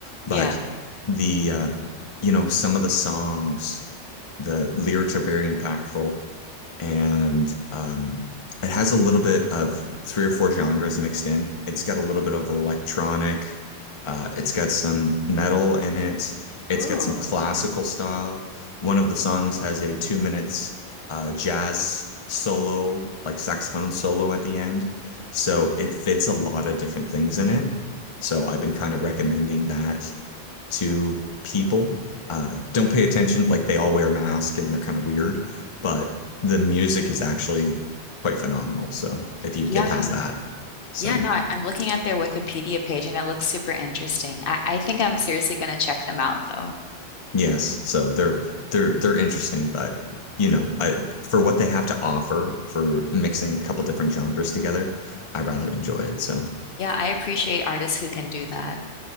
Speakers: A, on the left (about 55°); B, on the left (about 40°).
A: Yeah.
B: but the uh, you know
A: Ooh.
B: some of the songs, the lyrics are very impactful and um, it has a little bit of three or four genres mixed in. It's got a little bit of electronic, uh, it's got some metal in it, it's
A: Ooh.
B: got some classical style. One of the songs has a two minutes uh, jazz solo, like saxophone solo at the end. So it fits a lot of different things in it. So I've been kind of recommending that to people. Uh, don't pay attention, like they all wear masks and they're kind of weird, but the music is actually quite phenomenal. So if you
A: Yeah.
B: get past that, so
A: Yeah, no, I, I'm looking at their Wikipedia page and it looks super interesting. I, I think I'm seriously going to check them out though.
B: yes, so they're they're they're interesting, but you know, I for what they have to offer for mixing a couple different genres together, I rather enjoy it. So
A: Yeah, I appreciate artists who can do that.